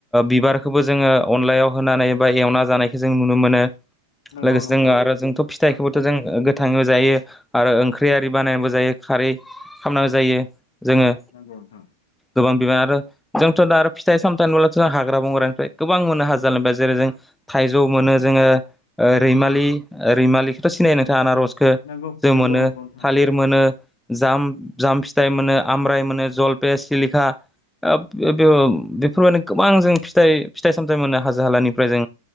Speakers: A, in the centre; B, on the left.
A: बिबारखौबो जोङो अनलायाव होनानै बा एवना जानायखौ जों नुनो मोनो।
B: नंगौ
A: लोगोसे
B: नंगौ
A: जों आरो जोंथ' फिथाइखौबो जों गोथाङै जायो आरो ओंख्रि आरि बानायनाबो जायो खारै खालामनांगौ जायो जोङो
B: नंगौ नोंथां
A: गोबां <inaudible> आरो जोंथ' दा आरो फिथाइ सामथाय होनोब्लाथ' जों हाग्रा बंग्रानिफ्राय गोबां मोनो हाजो हालानिफ्राय जेरै जों थाइजौ मोनो जोङो रैमा रैमालिखौथ' सिनाय नोंथां आनारस खौ
B: नंगौ
A: जों
B: नंगौ
A: मोनो,
B: नंगौ नोंथां नंगौ नंगौ
A: थालिर
B: नोंथां नंगौ
A: मोनो, जाम जाम फिथाइ मोनो, आमलाइ मोनो, जलपे, सिलिखा <unintelligible> बेबनो गोबां जों फिथ फिथाइ सामथाइ मोनो हाजो हालानिफ्राय जों